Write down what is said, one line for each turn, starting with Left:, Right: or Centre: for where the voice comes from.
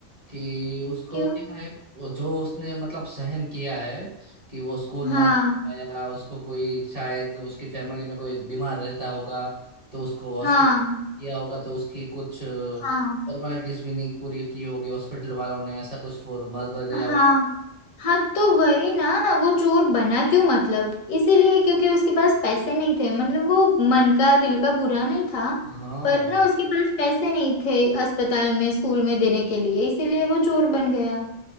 Right: कि उसको
Left: क्यों
Right: क्या है वो जो उसने मतलब सहन किया है कि वो स्कूल
Left: हाँ
Right: ना जा पाया उसको कोई शायद उसकी फैमिली में कोई बीमार रहता होगा तो उसको हॉस्पिटल
Left: हाँ
Right: किया होगा तो उसकी कुछ फॉर्मेलिटीज
Left: हाँ
Right: भी नहीं पूरी की होगी हॉस्पिटल वालों ने ऐसा कुछ फॉर मर मर गया
Left: हाँ
Right: होगा
Left: हाँ तो वही ना वो चोर बना क्यों मतलब इसीलिए क्योंकि उसके पास पैसे नहीं थे मतलब वो मन का दिल का बुरा नहीं था
Right: हाँ
Left: पर ना उसके पास पैसे नहीं थे अस्पताल में स्कूल में देने के लिए इसीलिए वो चोर बन गया